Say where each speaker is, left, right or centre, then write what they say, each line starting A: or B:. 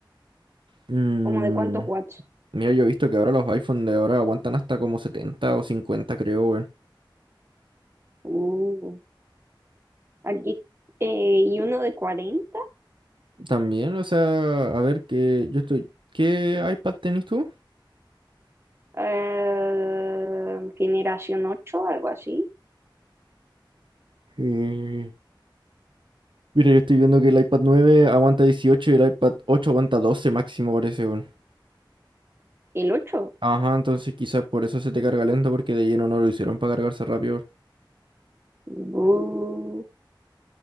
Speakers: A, on the right (about 75°); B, on the right (about 30°).
A: Mm,
B: ¿Como de cuántos watts?
A: mira, yo he visto que ahora los iPhone de ahora aguantan hasta como 70 o 50, creo, weón.
B: Uh, aquí. eh, ¿y uno de cuarenta
A: También, o sea, a ver, que yo estoy... ¿Qué iPad tenés tú?
B: Eh, generación 8 algo así.
A: Eh, mira, yo estoy viendo que el iPad 9 aguanta 18, y el iPad 8 aguanta 12 máximo, parece, weón.
B: ¿El ocho
A: Ajá, entonces quizás por eso se te carga lento, porque de lleno no lo hicieron para cargarse rápido.
B: Bu.